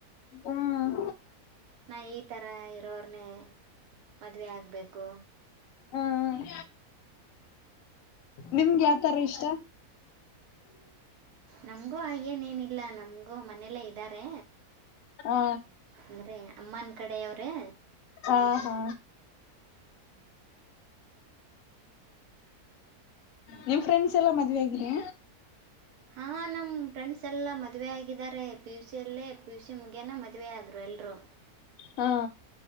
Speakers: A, on the left; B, on the right.
A: ಹ್ಮ
B: ನಾ ಈಥರ ಇರೋರನ್ನೇ ಮದುವೆ ಆಗ್ಬೇಕು
A: ಹ್ಮ ನಿಮ್ಗೆ ಯಾವತರ ಇಷ್ಟ
B: ನಮ್ಗೂ ಹಾಗೇನ್ ಏನಿಲ್ಲ ನಮ್ಗೂ ಮನೆಯಲ್ಲ ಇದ್ದಾರೆ
A: ಹಾ
B: ಅಂದ್ರೆ ಅಮ್ಮನ್ ಕಡೆ ಅವ್ರೆ
A: ಹಾ ಹಾ ನಿಮ್ ಫ್ರೆಂಡ್ಸ್ ಎಲ್ಲಾ ಮದ್ವೆ ಆಗಿದೆ
B: ಹಾ ನಮ್ ಫ್ರೆಂಡ್ಸ್ ಎಲ್ಲ ಮದುವೆ ಆಗಿದ್ದಾರೆ ಪಿ ಯು ಸಿ ಅಲ್ಲೇ ಪಿ ಯು ಸಿ ಮುಗಿಯನ ಮದುವೆ ಆದ್ರು ಎಲ್ರುೂ
A: ಹಾ